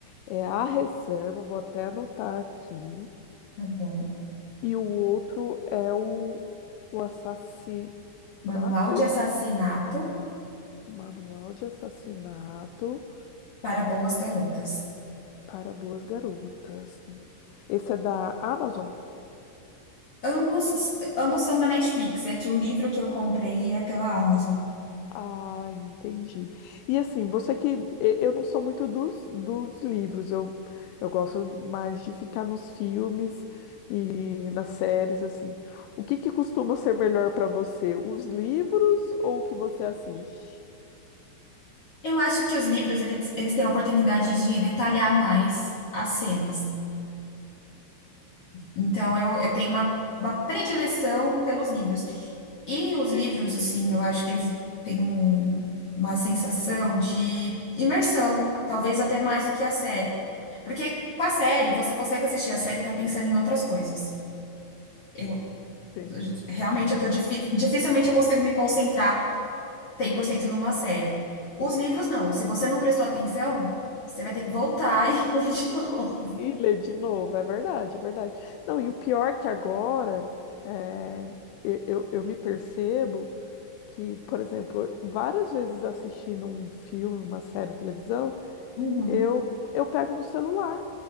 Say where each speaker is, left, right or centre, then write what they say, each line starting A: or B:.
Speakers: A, on the left (about 85°); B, on the left (about 65°).
A: é A Reserva, vou até anotar aqui.
B: tá bom.
A: E o outro é o, o Assassinato,
B: Manual de Assassinato
A: Manual de Assassinato
B: para Boas Garotas.
A: para Boas Garotas. Esse é da Amazon?
B: Ambos, ambos são da Netflix, é que o livro que eu comprei é pela Amazon.
A: Ah, entendi. E assim, você que. e- Eu não sou muito dos, dos livros, eu, eu gosto mais de ficar nos filmes e nas séries, assim. O que que costuma ser melhor para você, os livros ou o que você assiste?
B: Eu acho que os livros, eles, eles têm a oportunidade de detalhar mais as cenas. Então, eu, eu tenho uma, uma predileção pelos livros. E os livros, assim, eu acho que eles têm um- uma sensação de imersão, talvez até mais do que a série. Porque com a série, você consegue assistir a série e tá pensando em outras coisas. Eu,
A: Sim.
B: realmente, eu tô difi- dificilmente eu consigo me concentrar 100% numa série. Os livros, não. Se você não prestou atenção, você vai ter que voltar e <laughs> ler de novo.
A: E ler de novo, é verdade, é verdade. Não, e o pior é que agora é, eu, eu eu me percebo que, por exemplo, várias vezes assistindo um filme, uma série, televisão,
B: Uhum.
A: Eu, eu pego no celular,